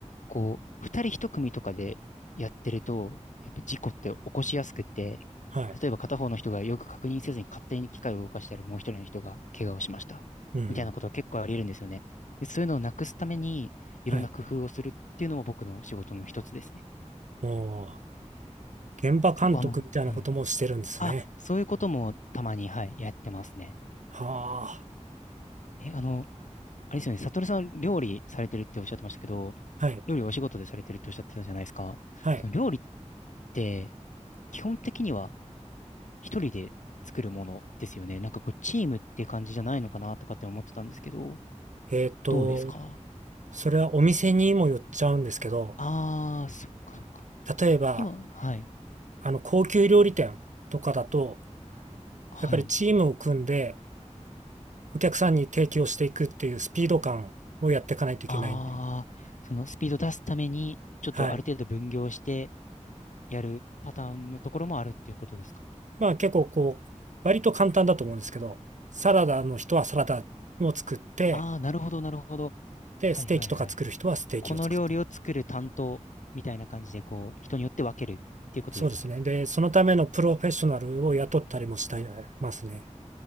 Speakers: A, on the left; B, on the right.
A: こう、二人一組とかでやってると、やっぱ事故って起こしやすくって、
B: はい。
A: 例えば片方の人がよく確認せずに勝手に機械を動かしたらもう一人の人が怪我をしました。
B: うん。
A: みたいなことは結構あり得るんですよね。で、そういうのをなくすために、いろんな工夫をするっていうのも僕の仕事の一つですね。
B: はい。おー現場監督みたいなこともしてるんですね。
A: 結構あの、はい。あ、そういうこともたまに、はい、やってますね。
B: はあ。
A: え、あの、あれですよね、サトルさん料理されてるっておっしゃってましたけど、
B: はい。
A: 料理お仕事でされてるっておっしゃってたじゃないですか。
B: はい。
A: その料理って、基本的には一人で作るものですよね。なんかこう、チームって感じじゃないのかなとかって思ってたんですけど、
B: えっと、
A: どうですか
B: それはお店にもよっちゃうんですけど、
A: ああー、そっかそっか。
B: 例えば、
A: 今、はい、
B: あの、高級料理店とかだと、
A: はい。
B: やっぱりチームを組んで、お客さんに提供していくっていうスピード感をやっていかないといけないんで、
A: ああ、そのスピード出すために、ちょっとある程度分業して
B: はい。
A: やるパターンのところもあるっていうことですか
B: まあ結構こう、割と簡単だと思うんですけど、サラダの人はサラダを作って、
A: ああー、なるほど、なるほど。
B: で、
A: はいはいはい。
B: ステーキとか作る人はステーキを作ったり。
A: この料理を作る担当みたいな感じで、こう、人によって分けるっていうことですか
B: そうですね。で、そのためのプロフェッショナルを雇ったりもしてますね。